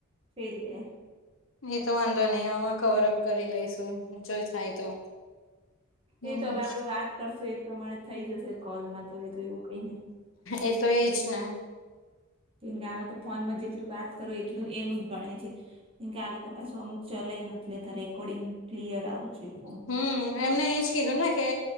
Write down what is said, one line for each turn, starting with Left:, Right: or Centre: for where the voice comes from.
Right: ફેલ ગયા.
Left: એતો વાંધો નહી આમાં કવર અપ કરી લઈશુ જો થાય તો. હમ
Right: એ તો હવે આપડે વાત કરશું એ પ્રમાણે થઈ જશે કોલમાં તો એ તો એવું કઈ ને.
Left: એ તો એજ ને.
Right: કેમ કે આમાં તો ફોન પરથી જેટલું વાત કરું એટલું એનું ગણાય છે. કેમ કે આ લોકો પાછું અમુક ચલાય નથી લેતા રેકોર્ડિંગ. ક્લીયર આવવું જોઈએ.
Left: હમ એમને એજ કીધું ને કે